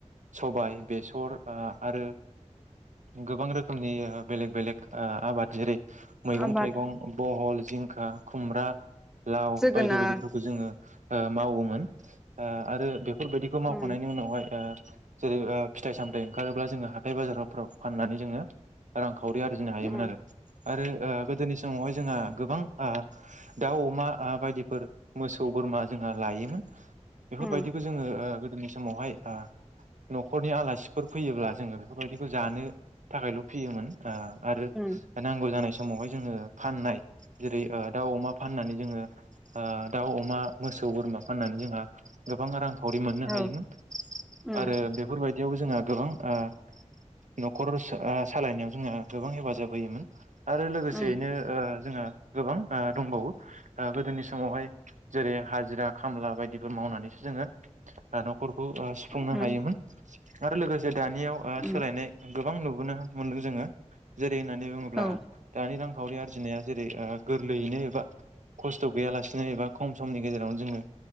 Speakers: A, on the right (about 80°); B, in the centre.
A: सबाइ बेसर आरो गोबां रोखोमनि बेलेग बेलेग आबाद जेरै मैगं
B: आबाद
A: थाइगं बहल जिंखा खुमब्रा लाव
B: जोगोनार
A: बायदि बायदिफोरखौ जोङो मावोमोन ओ आरो बे बेफोरबायदिखौ मावखांनायनि
B: उम
A: उनावहाय जेरै फिथाइ सामथायाइ ओंखारोब्ला जोङो हाथाय बाजाराव फाननानै जोङो रांखौ खावरि आरजिनो हायोमोन
B: उम
A: आरो। आरो गोदोनि समावहाय जोंहा आ गोबां आ दाउ अमा आ बायदिफोर मोसौ बोरमा जोंहा लायोमोन।
B: उम
A: बेफोरबायदिखौ जोङो ओ जोंनि समावहाय आ नखरनि आलासिफोर फैयोब्ला जोङो बेफोरबायदिखौ जानो थाखायल फियोमोन। आ आरो
B: उम
A: नांगौ जानाय समावहाय जोङो फाननाय जेरै ओ दाउ अमा फाननानै जोङो आ दाउ अमा मोसौ बोरमा फाननानै जोंहा गोबां रां खावरि मोननो
B: औ
A: हायोमोन
B: उम
A: आरो बेफोरबायदियावबो जोंहा गोबां आ नखर आ सालायनायाव जोङो गोबां हेफाजाब होयोमोन। आरो लोगोसेयैनो
B: उम
A: ओ जोंहा गोबां आ दंबावो आ गोदोनि समावहाय जेरै हाजिरा खामला बायदिफोर मावनानैसो जोङो आ नखर खौ ओ सुफुंनो
B: उम
A: हायोमोन। आरो लोगोसे दानियाव आ
B: उम
A: सोलायनाय गोबां नु बेखौनो मोनदों जोङो जेरै <unintelligible>
B: औ
A: दानि रांखावरि आरजिनाया जेरै ओ गोरलैयैनो एबा खस्थ गैयालासिनो एबा खम समनि गेजेरावनो जोङो